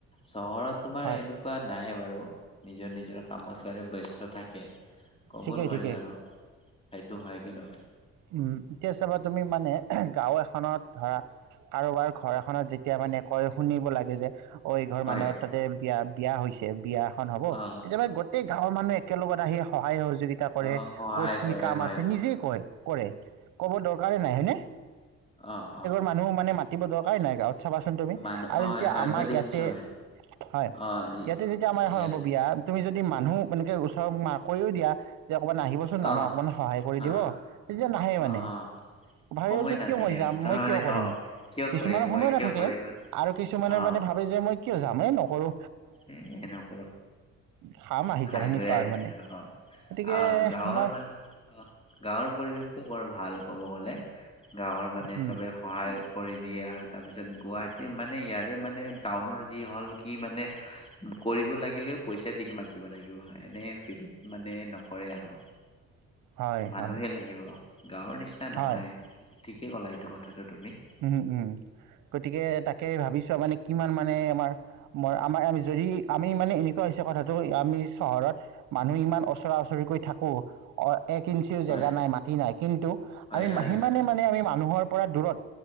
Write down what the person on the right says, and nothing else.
হয়
ঠিকেই
ঠিকেই
উম এতিয়া চাবা তুমি মানে গাঁও এখনত ধৰা কাৰোবাৰ ঘৰ এখনত যেতিয়া মানে কয় শুনিব লাগে যে অ এইঘৰ
মানুহৰ তাতে বিয়া বিয়া হৈছে বিয়া খন হ'ব
তেতিয়া মানে গোটেই গাঁৱৰ মানুহ একেলগত আহি‌ সহায় সহযোগিতা কৰে,
ক'ত কি
কাম
আছে নিজেই কয় কৰে, ক'ব দৰকাৰে নাই হয়নে?
মানুহক মানে মাতিব দৰকাৰে নাই গাঁৱত চাবাচোন তুমি,
আৰু
এতিয়া
আমাৰ
ইয়াতে
হয়
ইয়াতে যেতিয়া আমাৰ এখন
হ'ব বিয়া তুমি যদি মানুহ এনেকে ওচৰত কৈও দিয়া যে অকমান আহিবচোন
আমাক অকমান সহায় কৰি
দিব, তেতিয়া নাহে মানে।
ভাবিব
যে
কিয় মই যাম
মই
কিয় কৰিম,
কিছুমানৰ
সময়
নাথাকে।
আৰু কিছুমানে
মানে ভাবি যে মই কিয় যাম, এই নকৰো।
খাম আহি
যাম সেনেকুৱা
আৰু মানে
গতিকে
আমাৰ
উম,
<inaudible>
হয়
হয়
উম- উম, গতিকে তাকে ভাবিচাবা মানে কিমান মানে আমাৰ মই আমাৰ যদি আমি মানে এনেকুৱা হৈছে কথাটো আমি চহৰত মানুহ ইমান ওচৰা- ওচৰিকৈ থাকোঁ। অ, এক ইঞ্চিও
জেগা নাই, মাটি নাই, কিন্তু
আমি
সিমানেই
মানে আমি মানুহৰ পৰা দূৰত।